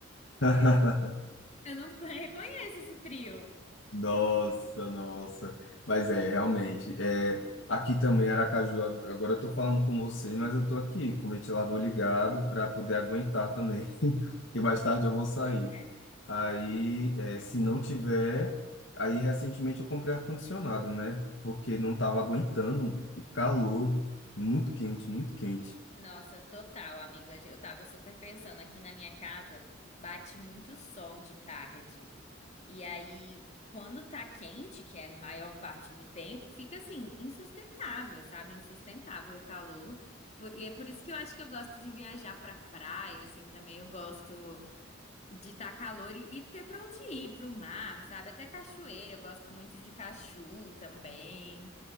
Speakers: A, on the left (about 65°); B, on the left (about 35°).
A: <laughs>
B: <laughs> eu não reconheço esse frio.
A: Nossa, nossa. Mas é, realmente. É, aqui também, Aracaju, ag- agora eu tô falando com você, mas eu tô aqui com o ventilador ligado para poder aguentar também, <laughs> que mais tarde eu vou sair.
B: Pois é.
A: Aí, é,
B: Pois-
A: se não tiver. Aí, recentemente, eu comprei ar-condicionado, né? Porque não tava aguentando o calor, muito quente, muito quente.
B: Nossa, total, amiga, eu tava super pensando, aqui na minha casa bate muito sol de tarde. E aí, quando tá quente, que é a maior parte do tempo, fica assim, insustentável, sabe? Insustentável o calor. Por- E é por isso que eu acho que eu gosto de viajar pra praia, assim, também. Eu gosto de estar calor e, e ter pra onde ir, pro mar, sabe? Até cachoeira, eu gosto muito de cachu também.